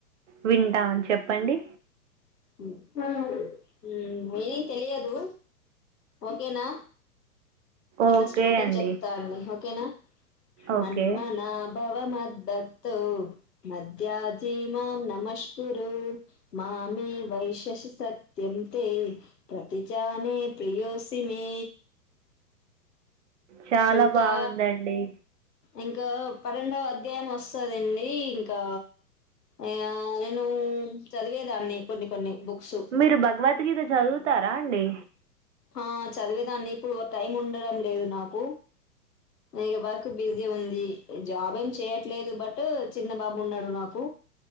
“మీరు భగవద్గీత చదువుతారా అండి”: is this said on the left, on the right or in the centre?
Right